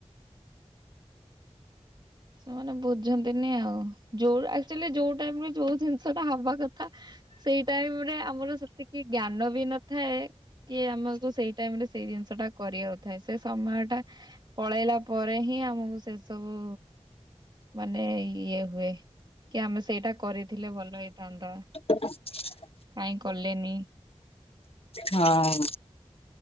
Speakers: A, on the right; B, on the left.
A: ସେମାନେ ବୁଝନ୍ତିନି ଆଉ, ଯୋଉ ଆକଚୁଆଲି ଯୋଉ ଟାଇମ୍ ରେ ଯୋଉ ଜିନିଷ ଟା ହବା କଥା। ସେଇ ଟାଇମ ରେ ଆମର ସେତିକି ଜ୍ଞାନ ବି ନଥାଏ। କି ଆମକୁ ସେଇ ଟାଇମ୍ ରେ ସେଇ ଜିନିଷ ଟା କରିବା କଥା। ସେ ସମୟ ଟା ପଳେଇଲା ପରେ ହିଁ ଆମକୁ ସେ ସବୁ ମାନେ ଇଏ ହୁଏ, କି ଆମେ ସେଇଟା କରିଥିଲେ ଭଲ ହେଇଥାନ୍ତା।
B: ହ <unintelligible>
A: କାଇଁ କଲେନି।
B: ହଁ।